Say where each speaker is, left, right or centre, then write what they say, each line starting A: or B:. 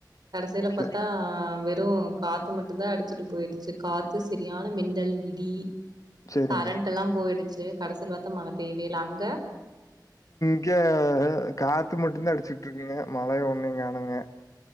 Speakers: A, on the right; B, on the left.
A: கடசீல
B: சே
A: பாத்தா வெறு காத்து மட்டுந்தா அடிச் ட்டு போயிட்ச்சி காத்து செரியான மிந்தல் இடி
B: சேரிங்க.
A: கரண்ட்டல்லா போயிடிச்சி கடசீல பாத்தா மழ பெய்வே இல்ல அங்க
B: இங்க காத்து மட்டுந்தா அடிச்சிக்கிட்ருக்குங்க மழைய ஒன்னையு காணுங்க